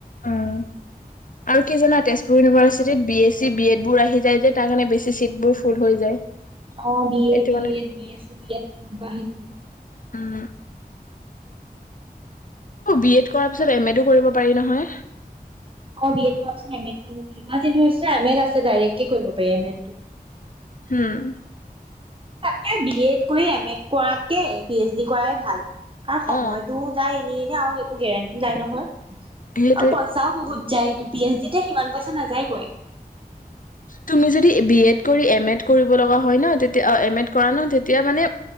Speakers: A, on the left; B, on the right.
A: উম আৰু কি জানা তেজপুৰ ইউনিভাৰ্চিটিত B S C B Ed বোৰ আহি যায় যে তাৰ কাৰণে বেছি চিট বোৰ ফুল হৈ যায়
B: অ বিএচছিবিএড
A: সেইটো মানে
B: বিএছি বিএড তেনেকুৱা আহি থাকিব
A: উম অ বি এড কৰাৰ পিছত এম এটো কৰিব পাৰি নহয়
B: অ বি এড এ এমেত কৰিব পাৰি এমেততো দাইৰেক কৰিব পাৰি এমেত তো
A: হু <unintelligible>
B: তাকে বি এড কৰি এম এড কৰাতকে পি এইচ ডি কৰাই ভাল কাৰণ সময়তটো
A: অ
B: যায় এনেই এনে আৰু একো গেৰেণ্টি যাই নহয়
A: সেইটোৱে
B: আৰু পইচাও বহুত যায় তটো পি এইচ ডিতে সিমান পইচা নাযায়গৈ
A: তুমি যদি বি এড কৰি এম এড কৰিব লগা হয় ন তেতিয়া এম এড কৰা ন তেতিয়া মানে